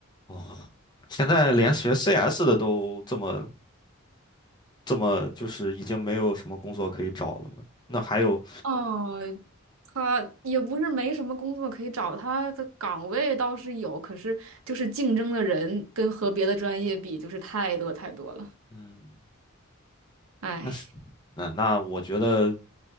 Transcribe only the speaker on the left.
哦，现在连学 CS 的都这么这么，就是已经没有什么工作可以找了吗？那还有，
嗯，
那是那那我觉得